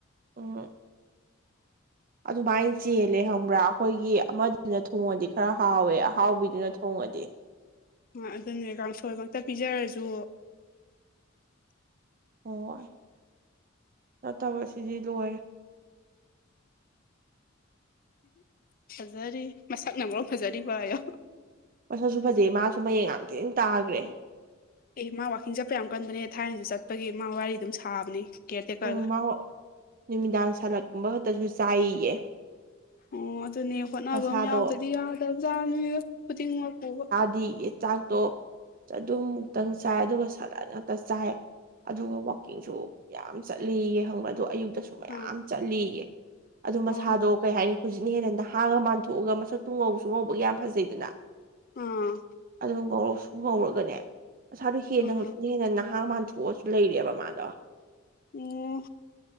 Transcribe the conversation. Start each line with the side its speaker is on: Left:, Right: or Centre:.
Right: ꯑ ꯑꯗꯨꯃꯥꯏꯅ ꯆꯦꯜꯂꯦ ꯍꯪꯕ꯭ꯔꯥ ꯑꯩꯈꯣꯏꯒꯤ ꯑꯃꯗꯨꯅ ꯊꯣꯡꯉꯗꯤ ꯈꯔ ꯍꯥꯎꯋꯦ ꯑꯍꯥꯎꯕꯤꯗꯨꯅ ꯊꯣꯡ ꯃ
Left: ꯑꯗꯨꯅꯦ ꯀꯥꯡꯐꯣꯏ ꯈꯛꯇ ꯄꯤꯖꯔꯁꯨ
Right: ꯍꯣꯏ ꯅꯠꯇꯕ ꯁꯤꯗꯤ ꯂꯣꯏꯔꯦ <unintelligible>
Left: ꯐꯖꯔꯤ ꯃꯁꯛꯅ ꯃꯔꯣ ꯐꯖꯔꯤꯕ ꯑꯌꯧ
Right: ꯃꯁꯁꯨ ꯐꯖꯩ ꯃꯥꯁꯨ ꯃꯌꯦꯛꯡ ꯌꯥꯝ ꯊꯤꯅ ꯇꯥꯈ꯭ꯔꯦ
Left: ꯑꯦ ꯃꯥ ꯋꯥꯛꯀꯤꯡ ꯆꯠꯄ ꯌꯥꯝ ꯀꯟꯕꯅꯦ ꯊꯥꯏꯅꯁꯨ ꯆꯠꯄꯒꯤ ꯃꯥ ꯋꯥꯔꯤ ꯑꯗꯨꯝ ꯁꯥꯕꯅꯦ ꯀꯦꯔꯇ ꯀꯑꯒ
Right: ꯎꯝ ꯃꯥ ꯅꯨꯃꯤꯗꯥꯡ ꯁꯂꯠꯀꯨꯝꯕ ꯈꯛꯇꯁꯨ ꯆꯥꯏꯌꯦ
Left: ꯑꯣ ꯑꯗꯨꯅꯦ ꯍꯣꯠꯅꯕ
Right: ꯃꯁꯥꯗꯣ
Left: ꯑꯃ ꯌꯥꯎꯗꯗꯤ ꯌꯥꯗꯕꯖꯥ ꯅꯣꯏ ꯈꯨꯗꯤꯡꯃꯛꯄꯨꯕ
Right: ꯍꯥꯏꯗꯤꯒꯤ ꯆꯥꯛꯇꯣ ꯑꯗꯨꯝ ꯃꯨꯛꯇꯪ ꯆꯥꯏ ꯑꯗꯨꯒ ꯁꯗꯟ ꯉꯥꯛꯇ ꯆꯥꯏ ꯑꯗꯨꯒ ꯋꯥꯋꯥꯛꯀꯤꯡꯁꯨ ꯌꯥꯝ ꯆꯠꯂꯤꯌꯦ ꯈꯪꯕ꯭ꯔ ꯑꯗꯣ ꯑꯌꯨꯛꯇꯁꯨ ꯃꯌꯥꯝ
Left: ꯑꯥ
Right: ꯆꯠꯂꯤꯌꯦ ꯑꯗꯨꯗ
Left: ꯑꯣ
Right: ꯃꯁꯥꯗꯣ ꯀꯩ ꯍꯥꯏꯅꯤ ꯍꯧꯖꯤꯛꯅ ꯍꯦꯟꯅ ꯅꯍꯥꯡꯑꯒ ꯃꯥꯟꯊꯣꯛꯑꯒ ꯃꯁꯛꯇꯨ ꯉꯧꯁꯨ ꯉꯧꯕꯒꯤ ꯌꯥꯝ ꯐꯖꯩꯗꯅ
Left: ꯑꯥ
Right: ꯉꯧꯔ ꯁꯨꯝ ꯉꯧꯔꯒꯅꯦ ꯉꯁꯥ ꯍꯦ
Left: ꯑꯥ
Right: ꯍꯧꯖꯤ ꯍꯦꯟꯅ ꯅꯍꯥ ꯃꯊ ꯄꯣꯠꯁꯨ ꯂꯩꯔꯦꯕ ꯃꯥꯗꯣ
Left: ꯎꯝ